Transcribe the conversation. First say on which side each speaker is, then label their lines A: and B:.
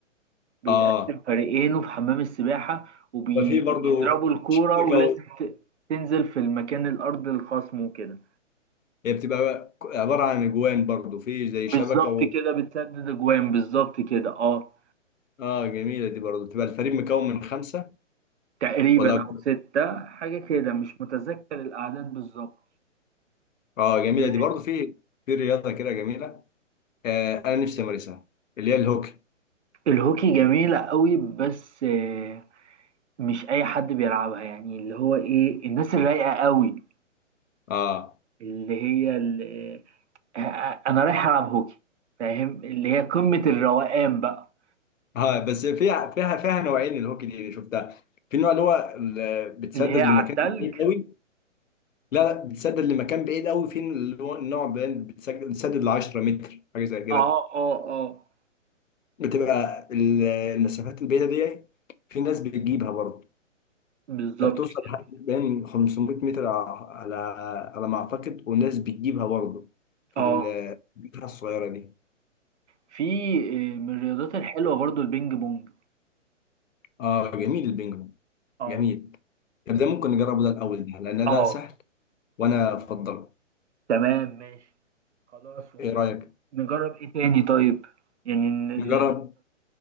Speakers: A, on the right; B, on the left.
A: بيتقسم
B: اه
A: فريقين وفي حمام السباحة وبيضربوا
B: ففي برضو
A: الكورة
B: شبكة
A: ولازم
B: و...
A: ت- تنزل في المكان الأرض الخصم وكده
B: هي بتبقى عبارة عن أجوان برضو في زي شبكة
A: بالظبط
B: و...
A: كده بتسدد اجوان بالظبط كده اه
B: اه جميلة دي برضو بتبقى الفريق مكون من خمسة
A: تقريبا
B: ولا أكتر
A: او ستة حاجة كده مش متذكر الاعداد بالظبط
B: اه جميلة
A: آه،
B: دي برضو في في رياضة كده جميلة آه أنا نفسي أمارسها اللي هي الهوكي
A: الهوكي جميلة قوي بس آه، مش اي حد بيلعبها يعني اللي هو ايه الناس الرايقة قوي
B: اه
A: اللي هي اللي آه، آه، انا رايح العب هوكي فاهم اللي هي قمة الروقان بقى
B: اه بس فيها فيها فيها نوعين الهوكي دي اللي شفتها في النوع اللي هو ال- بتسدد
A: اللي هي على
B: لمكان
A: التلج
B: بعيد قوي لا لا بتسدد لمكان بعيد قوي في اللي هو النوع بين- بتسج- بتسدد ل 10 متر حاجه زي كده
A: اه اه اه
B: بتبقى ال- المسافات البعيده دي في ناس بتجيبها برضه
A: بالظبط
B: انت بتوصل
A: كده
B: لحد بين 500 متر ع- على على ما اعتقد والناس بتجيبها برضه في
A: اه
B: ال- البتاعه الصغيره دي
A: في آه، من الرياضات الحلوة برضو البينج بونج
B: اه جميل البينج بونج
A: اه
B: جميل طب ده ممكن نجربه ده الاول ده لان
A: اه
B: ده سهل وانا افضله
A: تمام ماشي خلاص ونجرب
B: ايه رايك
A: ايه تاني طيب يعني ن-
B: نجرب
A: ن-